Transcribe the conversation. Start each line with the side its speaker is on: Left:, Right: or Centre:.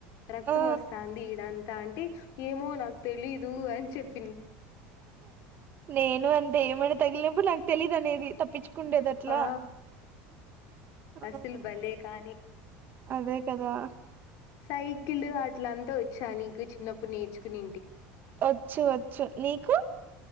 Left: రక్తం
Right: ఆ
Left: వస్తుంది ఈడంత తంటి ఏమో నాకు తెలీదు అని చెప్ప
Right: నేను అంతే ఏమని తగిలినప్పుడు నాకు తెలీదునేది తప్పించు కుందేది అట్లా
Left: ఆ
Right: ఆ
Left: అసలు భలే కాని
Right: అదే కదా
Left: సైకిల్ అట్లంతా వచ్చా నీకు చిన్నప్పుడు నేర్చుకుని
Right: వచ్చు వచ్చు నీకు